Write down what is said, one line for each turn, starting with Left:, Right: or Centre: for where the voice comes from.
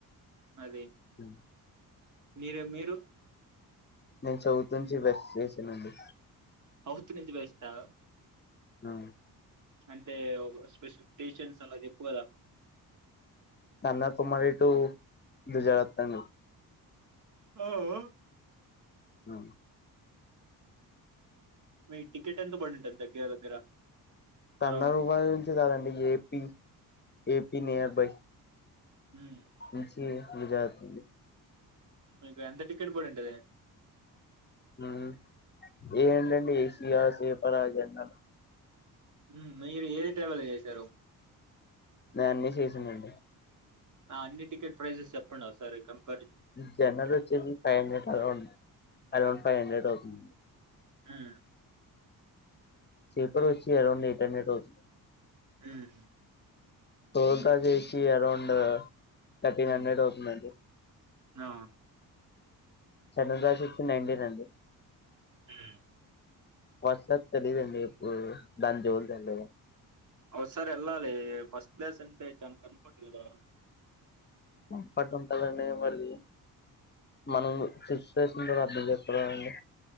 Right: అదే,
Left: ఉమ్.
Right: మీరె మీరు
Left: నేన్ సౌత్ ఉంచి వెస్ చేసనండి.
Right: సౌత్ నుంచి వెస్టా
Left: ఆ
Right: అంటే ఓక స్పెసి కేషన్స్ అలా చెప్ప్ కదా
Left: కన్యాకుమారి టూ గుజరాత్ అండి
Right: ఆ ఆ
Left: అవును
Right: మీ టికెట్ ఎంత పడింటది దగ్గర దగ్గర
Left: కన్నకుమారి
Right: అరౌండ్
Left: నుంచి కాదండి ఏపీ ఏపీ నియర్ బై
Right: మ్మ్
Left: ఇంచి విజాగ్ కి
Right: మీకు ఎంత టికెట్ పడింటది
Left: మ్మ్ ఏందండి ఏసి యా స్లీపరా జన్ రలు
Right: మ్మ్ మీరు ఏది ట్రావెల్ చేశారు
Left: నే అన్ని చేసిన్ని అండి
Right: ఆ అన్ని టికెట్ ప్రైసెస్ చెప్పండి ఒసారి కన్
Left: జనరల్ వచ్చేది five hundred around around five hundred అవుతుంది
Right: ఉమ్
Left: స్లీపర్ వచ్చి అరౌండ్ ఎయిట్ హండ్రెడ్ అవుతుంది
Right: హ్మ్
Left: సోల్గా చేసి అరౌండ్ థర్టీన్
Right: హ్మ్.
Left: హండ్రెడ్ అవుతుందండి
Right: ఆ
Left: సెకండ్ క్లాస్ వొచ్చి నైన్టీన్ అండి
Right: ఉమ్
Left: పస్ట్ క్లాస్ తెలీదండి ఎప్పుడు దాని జోలికి ఎల్లలే
Right: ఒకసారి ఎల్లాలి అ ఫస్ట్ క్లాస్ అంటే చాన కంఫర్ట్ కదా
Left: కన్పట్ ఉంటదండి మళ్ళీ మనం సిప్ట్ చేసిన తర్వాత ఏం చేత్తా మండి